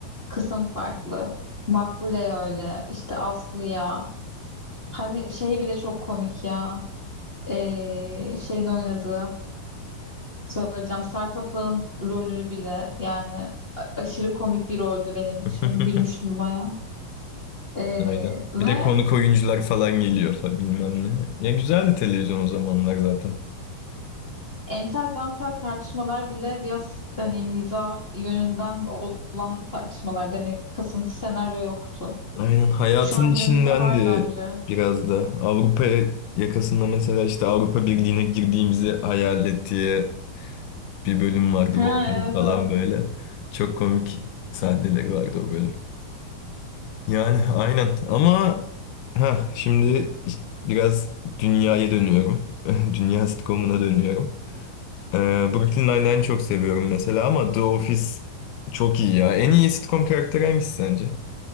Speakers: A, on the left; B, on the left.
A: kısım farklı. Makbule öyle. İşte Aslı'ya. Hani şey bile çok komik ya. Ee, şeyin oynadığı. Söyleyeceğim. Sarpapa'nın rolü bile yani a- aşırı komik bir roldü benim için.
B: <laughs>
A: Gülmüştüm bayağı. Ee,
B: Aynen.
A: ve
B: Bir de konuk oyuncular falan geliyor fa- bilmem ne. Ya güzeldi televizyon o zamanlar zaten.
A: Entel dantel tartışmalar bile biraz hani mizah yönünden olan tartışmalarda hani kasıntı senaryo yoktu.
B: Aynen hayatın
A: Şu an günümüzde
B: içindendi
A: var bence.
B: biraz da. Avrupa yakasında mesela işte Avrupa Birliği'ne girdiğimizi hayal et diye bir bölüm vardı
A: Ha
B: Volkan
A: evet
B: falan
A: evet.
B: böyle. Çok komik sahneleri vardı o bölüm. Yani aynen ama ha şimdi biraz dünyaya dönüyorum. <laughs> Dünya sitcomuna dönüyorum. Ee, Brooklyn Nine-Nine'i çok seviyorum mesela ama The Office çok iyi ya. En iyi sitcom karakteri hangisi sence?